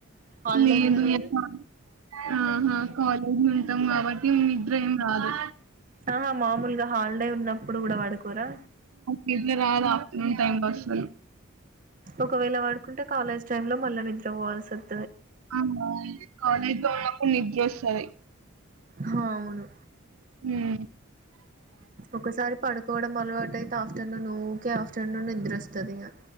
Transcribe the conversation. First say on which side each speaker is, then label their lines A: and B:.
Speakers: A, on the right (about 40°); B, on the right (about 85°).
A: హాలిడే
B: లేదు
A: ఉన్న రోజు
B: అక్క ఆహా కాలేజీ ఉంటాం కాబట్టి నిద్ర ఏం రాదు
A: ఆహా మామూలుగా హాలిడే ఉన్నప్పుడు కూడా పడుకోరా
B: నిద్ర రాదు ఆఫ్టర్నూన్ టైమ్ లొ అస్సలు
A: ఒకవేళ వాడుకుంటే కాలేజ్ టైమ్ లో మళ్ళా నిద్ర పోవాల్సి వ
B: అ కాలేజీలో ఉన్నపుడు నిద్ర వస్తది
A: హా అవును
B: హ్మ్.
A: ఒకసారి పడుకోవడం అలవాటు అయితే ఆఫ్టర్నూన్ ఊకే ఆఫ్టర్నూన్ నిద్రొస్తది ఇగా